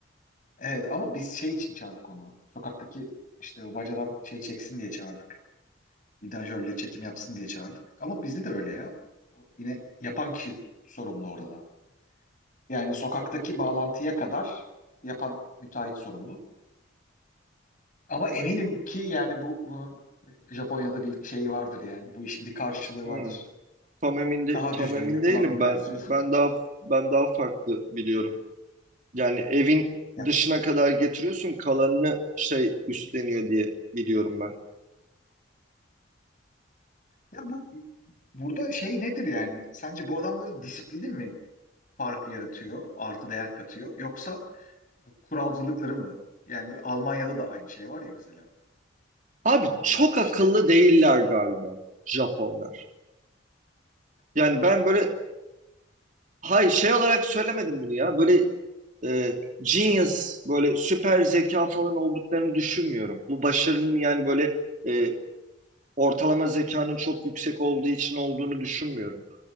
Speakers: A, on the left; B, on the right.
A: evet ama biz şey için çağırdık onu. Sokaktaki işte o bacadan şey çeksin diye çağırdık. Vidanjörle çekim yapsın diye çağırdık. Ama bizde de öyle ya. O yine yapan kişi sorumlu orada. Yani sokaktaki bağlantıya kadar yapan müteahhit sorumlu. Ama eminim ki yani bu bunun Japonya'da bir şeyi vardır yani. Bu işin bir karşılığı
B: Hı.
A: vardır.
B: Tam emin de,
A: Daha
B: tam
A: düzgün
B: emin
A: yapılan
B: değilim
A: bir
B: ben.
A: versiyonu.
B: Ben
A: <laughs>
B: daha ben daha farklı biliyorum. Yani evin
A: Ya,
B: dışına kadar getiriyorsun kalanını şey üstleniyor diye biliyorum ben.
A: ya bu Burada şey nedir yani? Sence bu adamların disiplini mi farkı yaratıyor, artı değer katıyor? Yoksa bu kuralcılıkları mı? Yani bu Almanya'da da aynı şey var ya mesela.
B: Abi
A: Almanlar
B: çok
A: da
B: akıllı
A: işte çok
B: değiller galiba Japonlar. Yani ben böyle hay şey olarak söylemedim bunu ya. Böyle e, genius böyle süper zeka falan olduklarını düşünmüyorum. Bu başarının yani böyle e, ortalama zekanın çok yüksek olduğu için olduğunu düşünmüyorum.